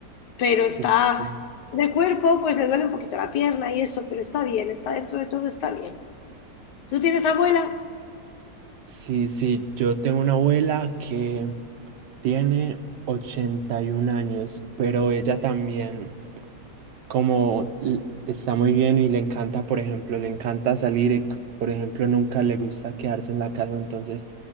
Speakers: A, on the left (about 75°); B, on the right (about 85°).
A: pero está
B: Uf, sí.
A: de cuerpo, pues le duele un poquito la pierna y eso, pero está bien, está dentro de todo, está bien. ¿Tú tienes abuela?
B: Sí, sí, yo tengo una abuela que tiene 81 años, pero ella también como l- está muy bien y le encanta, por ejemplo, le encanta salir y, c- por ejemplo, nunca le gusta quedarse en la casa, entonces